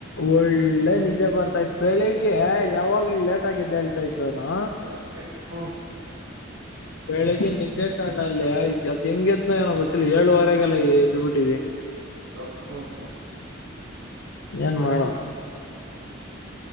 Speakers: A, on the left; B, on the right.
A: ಒಳ್ಳೆ ನಿದ್ದೆ ಬರ್ತಾ ಇತ್ತ ಬೆಳಿಗ್ಗೆ ಯಾವಾಗ್ಲ ಲೇಟ್ ಆಗಿ ಎದೆಳ್ತಾ ಇದ್ದುನು.
B: <inaudible> ಹ್ಮ್.
A: ಬೆಳಿಗ್ಗೆ ನಿದ್ದೆ ಕಣ್ಣಲ್ಲಿ ಎದ್ದ್ ಹೆಂಗ ಎದ್ನೋ ಏನೋ ಗೊತ್ತಲಿ ಏಳುವರೆಗೆಲ್ಲ ಎದ್ ಬಿಟ್ಟಿದೀನಿ.
B: ಹ್ಮ್
A: ಏನ್
B: ಹ್ಮ್.
A: ಮಾಡೋದು